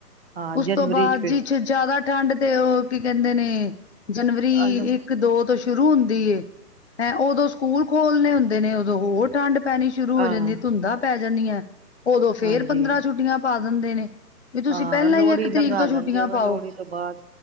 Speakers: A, on the right (about 40°); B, on the left (about 45°).
A: ਹਾਂ
B: ਉਸ
A: ਜਨਵਰੀ
B: ਤੋਂ ਬਾਅਦ
A: ਚ ਫਿਰ
B: ਜੀ ਛ ਜਾਦਾ ਠੰਡ ਤੇ, ਉਹ ਕੀ ਕਹਿੰਦੇ ਨੇ ਜਨਵਰੀ
A: ਆਲੋ
B: ਇੱਕ ਦੋ ਤੋਂ ਸ਼ੁਰੂ ਹੁੰਦੀ ਏ, ਤੇ ਉਦੋਂ ਸਕੂਲ ਖੋਲਣੇ ਹੁੰਦ ਦਿਨੇ ਉਦੋਂ ਹੋਰ ਠੰਢ ਪੈਣੀ ਸ਼ੁਰੂ ਹੋ
A: ਹਾਂ
B: ਜਾਂਦੀ ਏ, ਧੁੰਦਾਂ ਪੈ ਜਾਂਦੀਐ ਉਦੋਂ ਫੇਰ
A: ਹਾਂਜੀ
B: ਪੰਦਰਾਂ ਛੁੱਟੀਆਂ ਪਾ ਦਿੰਦੇ ਨੇ। ਵੀ ਤੁਸੀਂ
A: ਹਾਂ,
B: ਪਹਿਲਾਂ
A: ਲੋਹੜੀ
B: ਹੀ ਇੱਕ
A: ਲੰਘਾ
B: ਤਰੀਕ ਤੋਂ
A: ਲੈਂਦੇ
B: ਛੁੱਟੀਆਂ
A: ਹੋ
B: ਪਾਓ
A: ਲੋਹੜੀ ਤੋਂ ਬਾਅਦ,